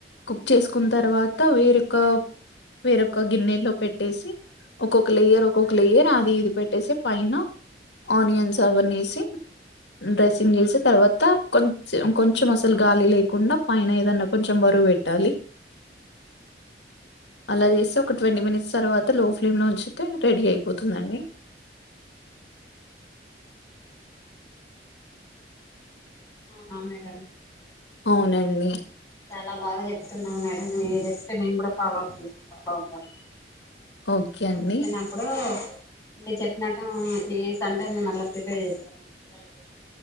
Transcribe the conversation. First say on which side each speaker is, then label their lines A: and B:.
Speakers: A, on the left (about 85°); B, on the left (about 15°).
A: కుక్ చేసుకున్న తర్వాత వేరొక వేరొక గిన్నెలో పెట్టేసి ఒక్కొక్క లేయర్ ఒక్కొక్క లేయర్ అది ఇది పెట్టేసి పైన ఆనియన్స్ అవన్నీ ఏసీ డ్రెస్సింగ్ చేసి తర్వాత కొంచం కొంచెం అసలు గాలి లేకుండా పైన ఏదన్నా కొంచెం బ పెట్టాలి అలా చేస్తే ఒక ట్వంటీ మినిట్స్ తర్వాత లో ఫ్లేమ్ లో ఉంచితే రెడీ అయిపోతుందండి
B: అవునా మేడం
A: అవునండి
B: చాలా బాగా చెప్తున్నా మేడం ఈ రెసిపీ మేము కూడా ఫాలో అ ఫాలో అవుతాం ఈ
A: ఓకే
B: సారి
A: అండి
B: వచ్చినప్పుడు మీరు చెప్పినట్టే ఈ సండే మేము అట్లా ప్రిపేర్ చేస్తాము పిల్లల కో